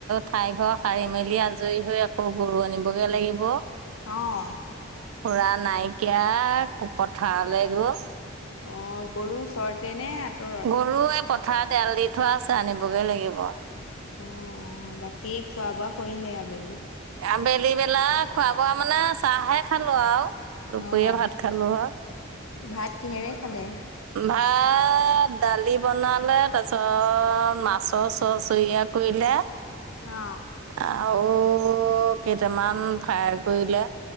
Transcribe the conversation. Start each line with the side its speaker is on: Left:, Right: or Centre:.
Right: ঠাই ঘৰ সাৰি মেলি আজৰি হৈ আকৌ গৰু আনিব <unintelligible> লাগিব।
Left: অ',
Right: পুৰা নাইকিয়া পথাৰলৈ গ'ল
Left: অ', গৰু ওচৰতে নে আঁতৰত?
Right: গৰু এই পথাৰত এৰাল দি থোৱা আছে আনিবগে লাগিব।
Left: অ', বাকী খোৱা বোৱা কৰিলে আবেলি?
Right: আবেলিবেলা খোৱা বোৱা মানে চাহে খাল দুপৰীয়া
Left: অ',
Right: ভাত খালো হ
Left: ভাত কিহেৰে খালে?
Right: ভাত দালি বনালে তাৰিছত চ মাছৰ চ চৰিয়া কৰিলে
Left: অ'।
Right: আৰু কেইটামান ফ্ৰাই কৰিলে।